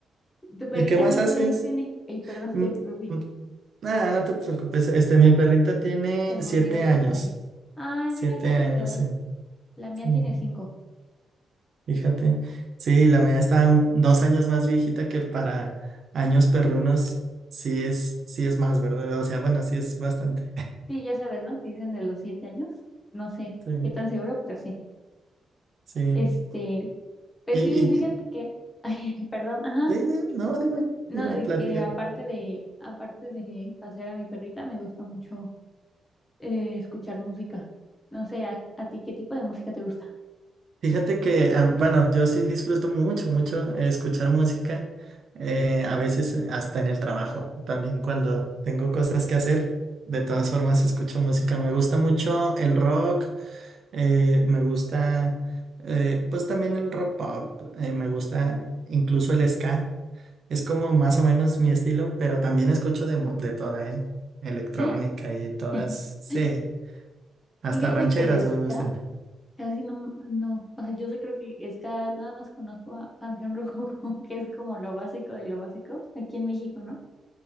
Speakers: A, on the left (about 20°); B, on the right (about 60°).
A: ¿Tu perrita
B: ¿Y qué más
A: cuántos
B: haces?
A: años tiene? Ay, perdón,
B: Mm,
A: te interrumpí.
B: mm. Ah, no te preocupes. Este, mi perrita tiene
A: Se me
B: siete
A: olvidó cuántos
B: años.
A: años. Ay,
B: Siete
A: mira, casi
B: años,
A: de la edad.
B: sí.
A: La mía
B: Sí,
A: tiene cinco.
B: fíjate. Sí, la mía está un- dos años más viejita que para años perrunos. Sí es, sí es más, ¿verdad? O sea, bueno, sí es bastante.
A: Sí, ya sabes, ¿no? Que dicen de los siete años. No sé
B: Sí,
A: qué tan seguro, pero sí.
B: sí.
A: Este, pues
B: Y,
A: sí,
B: y,
A: fíjate
B: y-
A: que, <laughs> ay, perdón, ajá.
B: sí, di- no, dime,
A: No,
B: dime,
A: de
B: plática.
A: que aparte de, aparte de pasear a mi perrita, me gusta mucho eh, escuchar música. No sé, ¿a, a ti qué tipo de música te gusta?
B: Fíjate que, ah, bueno, yo sí disfruto mucho, mucho eh, escuchar música, eh, a veces eh, hasta en el trabajo, también cuando tengo cosas que hacer, de todas formas escucho música. Me gusta mucho el rock, eh, me gusta, eh, pues también el rock pop, eh, me gusta incluso el ska, es como más o menos mi estilo, pero también escucho de, mo- de toda, ¿eh? Electrónica
A: ¿Sí?
B: y todas,
A: <laughs>
B: sí, hasta
A: Fíjate
B: rancheras
A: que de ska
B: me gustan.
A: casi no, no, o sea, yo sí creo que ska nada más conozco a Panteón Rococó, <laughs> que es como lo básico de lo básico aquí en México, ¿no?